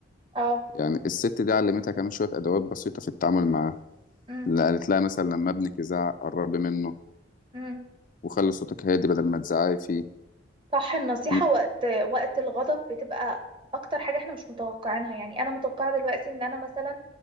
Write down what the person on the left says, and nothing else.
يعني الست دي علمتها كمان شوية أدوات بسيطة في التعامل معاه
اللي قالت لها مثلا لما ابنك يزعق قربي منه
وخلي صوتك هادي بدل ما تزعقي فيه
م-